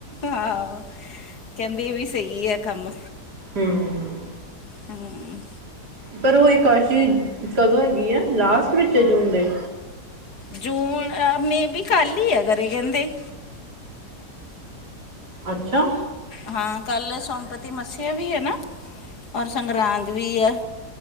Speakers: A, on the left; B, on the right.
A: ਆਹ ਕਹਿੰਦੀ ਵੀ ਸੀ ਗੀ ਆ ਕੰਮ
B: ਹੂ ਹੂ
A: ਹਮ
B: ਪਰ ਉਹ ਇੱਕ ਆਸ਼ੀ ਕਦੋਂ ਹੈਗੀ ਆ ਲਾਸਟ ਵਿੱਚ ਏ ਜੂਨ ਦੇ
A: ਜੂਨ ਮੇ ਬੀ ਖਾਲੀ ਏ ਗਰੇ ਕਹਿੰਦੇ
B: ਅੱਛਾ
A: ਹਾਂ ਕੱਲ ਸੌਂਪਤੀ ਮੱਸਿਆ ਵੀ ਹੈ ਨਾ ਔਰ ਸੰਗਰਾਂਦ ਵੀ ਆ